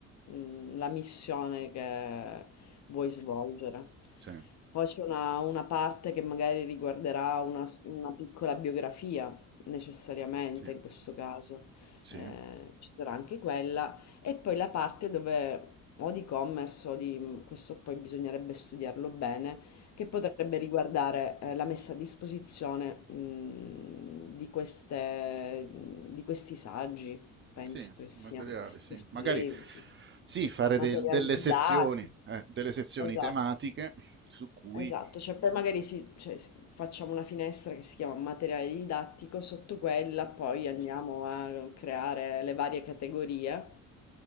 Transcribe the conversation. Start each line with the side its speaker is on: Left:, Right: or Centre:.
Left: mm, la missione che vuoi svolgere.
Right: sì,
Left: Poi c'è una, una parte che magari riguarderà una, s- una piccola biografia, necessariamente
Right: sì,
Left: in questo caso.
Right: sì,
Left: Eh, ci sarà anche quella e poi la parte dove o di commerce o di mm, questo poi bisognerebbe studiarlo bene, che potrebbe riguardare eh, la messa a disposizione mh, di queste, mm, di questi saggi, penso
Right: sì,
Left: che siano,
Right: materiale, sì.
Left: che scrivi,
Right: Magari
Left: sì.
Right: sì, fare
Left: Materiali
Right: del- delle
Left: didattici.
Right: sezioni, eh, delle sezioni
Left: Esatto.
Right: tematiche su cui...
Left: Esatto, cioè poi magari si- cioè, si- facciamo una finestra che si chiama materiale didattico, sotto quella poi andiamo a creare le varie categorie